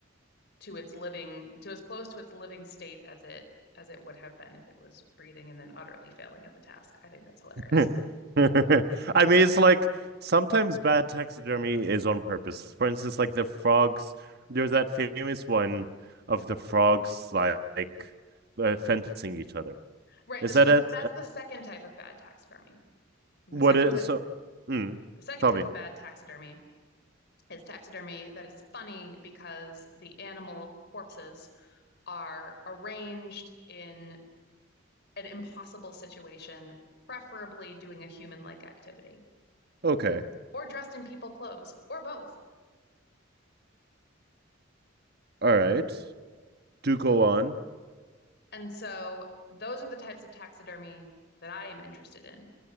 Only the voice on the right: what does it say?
<laughs> I mean, it's like sometimes bad taxidermy is on purpose. For instance, like the frogs. There's that famous one of the frogs like, like uh, fencing each other.
Is that
at,
What
is
so? Mm,
tell
me.
Okay.
All right. Do go on.